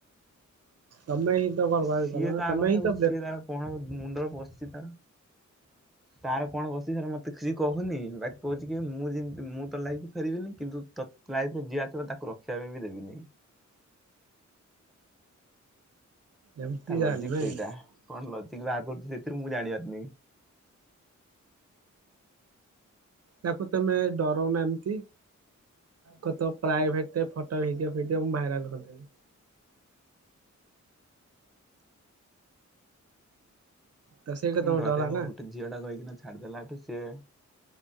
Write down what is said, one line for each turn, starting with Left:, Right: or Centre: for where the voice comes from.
Right: ତମେ ହିଁ ତ ବର୍ବାଦ
Centre: ସିଏ
Right: କଲ ନା
Centre: ତା
Right: ତମେ
Centre: କଥାକୁ
Right: ହିଁ ତ
Centre: ସିଏ
Right: ବ୍ଲେକ୍
Centre: ତାର କଣ ମୁଣ୍ଡରେ ପସଚି ତାର। ତାର କଣ ପସିଚୀ ସେଟା ମତେ କିଛି କହୁନି ବାକି କହୁଚି କି ମୁଁ ଯେମତି ମୁଁ ତୋ ଲାଇଫକୁ ଫେରିବିନି କିନ୍ତୁ ତ ଲାଇଫ୍‌ କୁ ଯିଏ ଆସିବ ତାକୁ ରଖିଆ ପାଇଁ ବି ଦେବିନି।
Right: ଏମିତି
Centre: ତା
Right: ତାହେଲେ
Centre: ଲଜିକ୍
Right: ନାଇଁ?
Centre: ସେଇଟା କଣ ଲଜିକ୍ ବା ଆଗୁରୁ ସେଇଥିରୁ ମୁଁ ଜାଣିପାରୁନାଇ।
Right: ତାକୁ ତମେ ଡରଉନା ଏମତି। କ ତୋ ପ୍ରାଇଭେଟେ ଫଟୋ ଭିଡିଓ ଫିଡିଓ ମୁଁ ଭାଇରାଲ୍ କରିଦେଲି। ତ ସେଇଟା
Centre: କଣ
Right: ତମେ
Centre: ଡରେଇବ
Right: ଡଲା ନା
Centre: ଗୋଟେ ଝିଅ ଟା କହିକିନା ଛାଡି ଦେଲାଠୁ ସିଏ।